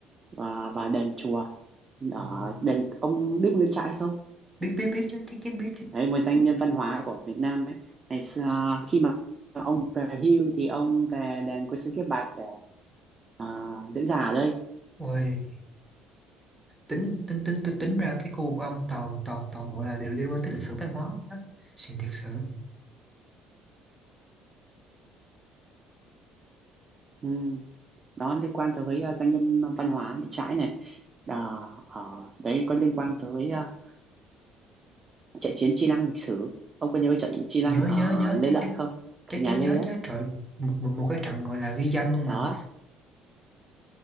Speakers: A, on the right; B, on the right.
A: à, và đền chùa ở
B: Ừ.
A: đền ông biết Nguyễn Trãi không
B: biết biết biết chứ chắc chắn biết chứ
A: đấy một doanh nhân văn hóa của Việt Nam ấy ngày xưa khi mà ông về hưu thì ông về đền Quốc sư Kiếp Bạc để à, diễn giả ở đây
B: ôi tính tính tính tính, tính ra cái khu của ông toàn toàn toàn bộ là đều liên quan tới lịch sử văn hóa á. xịn thiệt sự
A: ừ. đó liên quan tới à, doanh nhân văn hóa Nguyễn Trãi này Đó, ờ, đấy có liên quan tới à, trận chiến Chi Lăng lịch sử ông có nhớ trận Chi Lăng
B: nhớ
A: ở
B: nhớ nhớ
A: Lê
B: chắc
A: Lợi
B: chắn
A: không thời
B: chắc
A: nhà
B: chắn
A: Lê
B: nhớ
A: đấy
B: chứ trời một một, một cái trận gọi là ghi danh luôn mà
A: đó